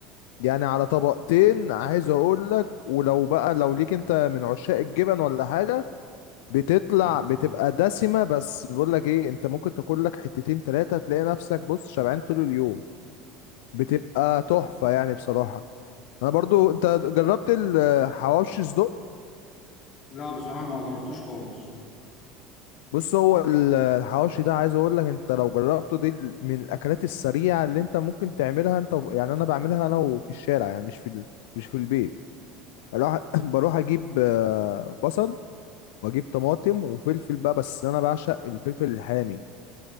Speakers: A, on the left; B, on the left.
A: يعني على طبقتين عايز اقول لك ولو بقى لو ليك انت من عشاق الجبن ولا حاجه بتطلع
B: ايوه
A: بتبقى دسمه بس بقول لك ايه انت ممكن تاكل لك حتتين تلاتة تلاقي نفسك بص شبعان طول اليوم بتبقى تحفه يعني بصراحه انا برضو انت جربت الحواوشي صدق
B: لا بصراحه ما جربتوش خالص
A: بص هو ال- الحواوشي ده عايز اقول لك انت لو جربته دي من الاكلات السريعه اللي انت ممكن تعملها انت و- يعني انا بعملها انا وفي الشارع يعني مش في ال- مش في البيت اروح <laughs> بروح اجيب آه، بصل بجيب طماطم وفلفل بقى بس انا بعشق الفلفل الحامي